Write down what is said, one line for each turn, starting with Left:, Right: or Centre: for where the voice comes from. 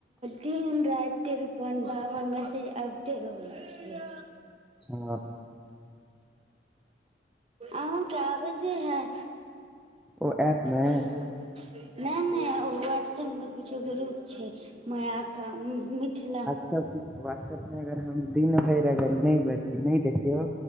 Right: दिन राति तिरपन बावन माईसेज रहय छैय
Centre: हँ
Right: अहूँके आबैते हैत।
Centre: ओ ऐप मे
Right: नहि नहि वहाट्सप मे किछो करू। छैय माया का मिथिला
Centre: सबस वाटसबमे अगर हम दिन भरि अगर नै देखियौ